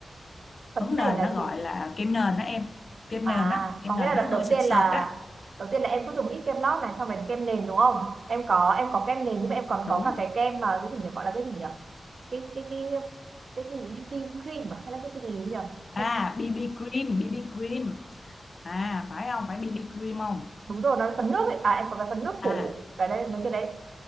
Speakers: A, on the right; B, on the left.
A: phấn
B: phấn nền
A: nền là
B: nó gọi
A: chị
B: là kem nền đó em kem
A: à
B: nền á kem
A: có
B: nền
A: nghĩa là
B: nó
A: đợt
B: hơi
A: đầu
B: sệt
A: tiên
B: sệt
A: là
B: á
A: đầu tiên là em cứ dùng ít kem lót này xong rồi kem nền đúng không em có em có kem nền nhưng mà em còn
B: đúng
A: có cả cái kem mà cái gì nhỉ gọi là cái gì nhỉ cái cái cái cái cái gì BB cream à? hay là cái cái gì nhỉ em
B: à BB cream BB cream à phải không phải BB cream không
A: đúng rồi nó là phấn nước ấy à em có cái phần nước
B: à
A: phủ ở đây mấy cái đấy